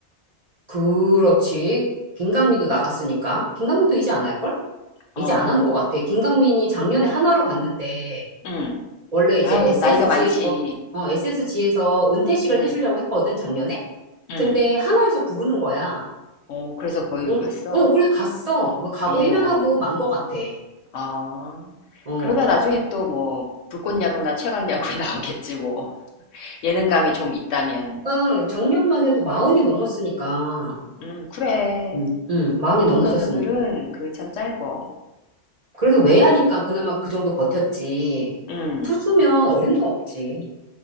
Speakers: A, on the right (about 45°); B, on the left (about 75°).
A: 그렇지. 김강민도 나갔으니까. 김강민도 이제 안 할걸?
B: 어,
A: 이제 안 하는 것 같아. 김강민이 작년에 하나로 갔는데,
B: 응.
A: 원래 이제
B: 아유,
A: SSG에서,
B: 나이가 많지.
A: 어, SSG에서 은퇴식을
B: 응,
A: 해주려고 했거든, 작년에?
B: 응.
A: 근데 하나에서 부르는 거야.
B: 어, 그래서 거기로
A: 응,
B: 갔어?
A: 어, 그래서 갔어. 뭐 가고
B: 에요.
A: 1년 하고 만 것 같아.
B: 아.
A: 어,
B: 그러다 나중에 또 뭐, 불꽃야구나 최강야구에 <laughs> 나오겠지, 뭐. 예능감이 좀 있다면.
A: 어, 작년만 해도 마흔이 넘었으니까.
B: 음, 그래.
A: 응, 응, 마흔이
B: 운동선수들은
A: 넘었었으니까.
B: 그게 참 짧어.
A: 그래서 왜 하니까 그나마 그 정도 버텼지.
B: 음.
A: 투수면 어림도 없지.